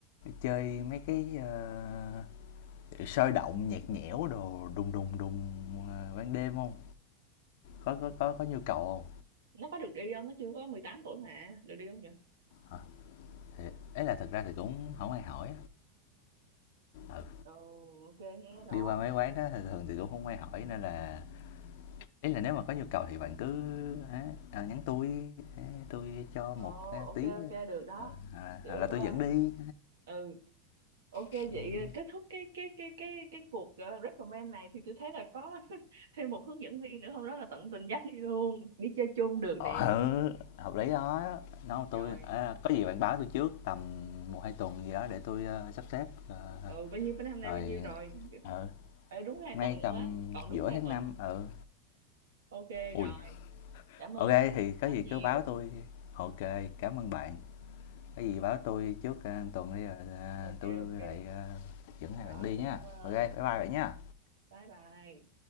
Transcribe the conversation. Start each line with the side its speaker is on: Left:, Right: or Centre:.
Left: chơi mấy cái, ơ, sôi động, nhạt nhẽo đồ đùng đùng đùng, ờ, ban đêm không Có có có có nhu cầu không
Right: nó có được đi không nó chưa có 18 tuổi mà được đi không nhỉ
Left: Hả? Thì ấy à, là thực ra thì cũng không ai hỏi ừ,
Right: Ồ, ok nghe rồi
Left: đi qua mấy quán đó thường thường thì cũng không ai hỏi nên là ý là nếu mà có nhu cầu thì bạn cứ ấy, ờ, nhắn tôi ấy, tui cho
Right: Ồ,
Left: một, cái
Right: ok
Left: tí,
Right: ok được đó
Left: ờ,
Right: kiểu
Left: hoặc là tôi
Right: ờ,
Left: dẫn đi.
Right: ừ ok vậy
Left: Ừm.
Right: ờ, kết thúc cái cái cái cái cái cuộc ờ, recommend này thì tôi thấy là có <laughs> thêm một hướng dẫn viên nữa không đó là tận tình dắt đi luôn đi chơi chung được
Left: Ờ,
Right: nè
Left: Ừ, hợp lý đó. Nói tui
Right: rồi
Left: "A, có gì bạn báo tôi trước tầm một hai tuần gì đó để tôi ơ, sắp xếp, ờ,
Right: ừ bao nhiêu bên hôm nay
Left: rồi"
Right: bao nhiêu rồi
Left: ừ,
Right: Ê, đúng hai
Left: nay
Right: tuần luôn
Left: tầm
Right: á còn
Left: giữa
Right: đúng hai
Left: tháng
Right: tuần
Left: năm ừ,
Right: ok
Left: ui,
Right: rồi cảm ơn
Left: ok thì có
Right: rất
Left: gì
Right: nhiều
Left: cứ báo tôi, ok cảm ơn bạn, có gì báo tôi trước, a, tuần đi rồi, à,
Right: ok
Left: tui
Right: ok
Left: lại, a, dẫn hai
Right: rồi
Left: bạn đi
Right: xin
Left: nha.
Right: cảm ơn
Left: ok bye bye bạn
Right: Ừ,
Left: nha.
Right: bye bye